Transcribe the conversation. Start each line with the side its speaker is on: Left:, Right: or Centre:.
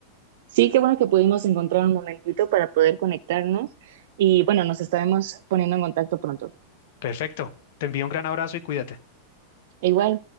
Right: Sí, qué bueno que pudimos encontrar un momentito para poder conectarnos y bueno, nos estaremos poniendo en contacto pronto.
Left: Perfecto. Te envío un gran abrazo y cuídate.
Right: E igual.